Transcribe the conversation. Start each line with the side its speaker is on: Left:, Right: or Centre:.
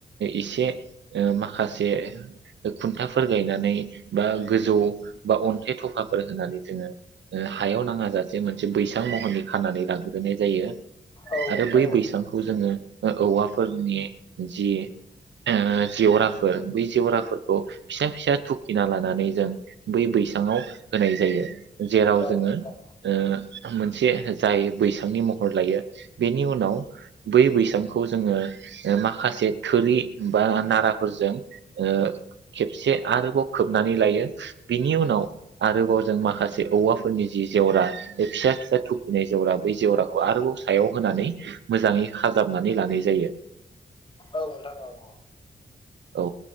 Right: एसे माखासे खुन्थाफोर गायनानै बा गोजौ बा अन्थाइ थफाफोर होनानै जोङो हायाव नाङाजासे मोनसे बैसां महरनि खानानै लागो गोनाय जायो
Left: औ
Right: आरो
Left: नोंथां
Right: बै
Left: औ
Right: बैसांखौ जोङो ओ औवाफोरनि जि ओ जेवराफोर बै जेवराफोरखौ फिसा फिसा थुखिना लानानै जों बै बैसाङाव होनाय जायो जेराव
Left: औ
Right: जोङो
Left: नोंथां
Right: ओ मोनसे जायो बैसांनि महर लायो बेनि उनाव बै बैसांखौ जोङो माखासे थोरि बा नाराफोरजों ओ खेबसे आरोबाव खोबनानै लायो बिनि उनाव आरोबाव जों माखासे औवाफोरनि जि जेवरा फिसा फिसा थुखिनाय जेवरा बै जेवराखौ आरोबाव सायाव होनानै मोजाङै खाजाबनानै लानाय जायो
Left: औ नोंथां औ औ
Right: औ